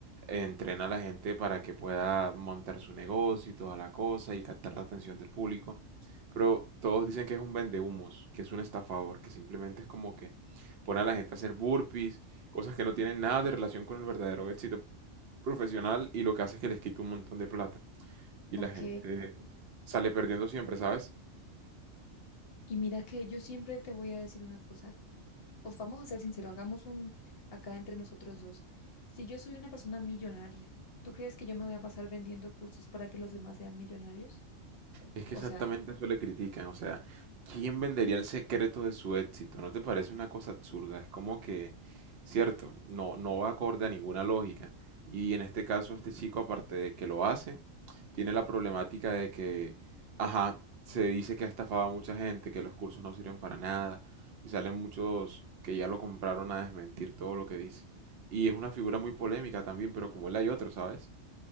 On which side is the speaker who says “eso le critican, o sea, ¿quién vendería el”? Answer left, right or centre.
Right